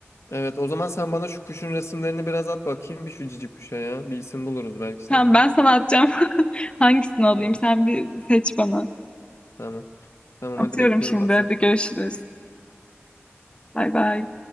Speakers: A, on the left (about 85°); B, on the left (about 25°).
A: Evet o zaman sen bana şu kuşun resimlerini biraz at bakayım bir şu cici kuşa ya. Bir isim buluruz belki senden.
B: Tamam ben sana atacağım. <laughs> Hangisini alayım?
A: Tamam
B: Sen bir seç bana.
A: tamam. Tamam
B: Atıyorum
A: hadi bekliyorum
B: şimdi.
A: WhatsApp'tan.
B: Hadi görüşürüz. Bay bay.